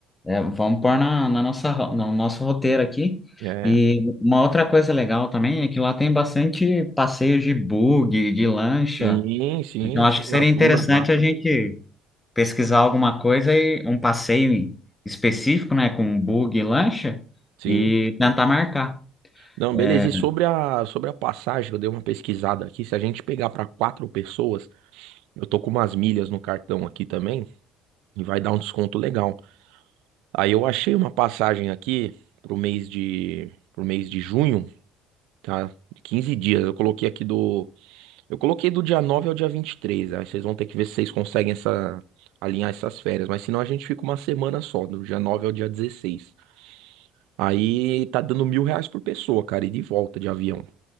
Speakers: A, on the left; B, on the right.
A: É, vamos pôr na, na nossa, ro- no nosso roteiro aqui.
B: É.
A: E uma outra coisa legal também é que lá tem bastante passeios de bug, de lancha.
B: Sim, sim,
A: Então acho
B: sim,
A: que seria
B: nas
A: interessante
B: dunas lá.
A: a gente pesquisar alguma coisa e um passeio específico, né, com bug e lancha
B: Sim.
A: e tentar marcar.
B: Não,
A: É,
B: beleza. E sobre a, sobre a passagem, eu dei uma pesquisada aqui. Se a gente pegar para quatro pessoas, eu tô com umas milhas no cartão aqui também e vai dar um desconto legal. Aí eu achei uma passagem aqui pro mês de, pro mês de junho. Tá, 15 dias. Eu coloquei aqui do. Eu coloquei do dia 9 ao dia vinte e três Aí vocês vão ter que ver se vocês conseguem essa... alinhar essas férias. Mas senão a gente fica uma semana só, do dia 9 ao dia dezesseis Aí tá dando mil reais por pessoa, cara, e de volta de avião.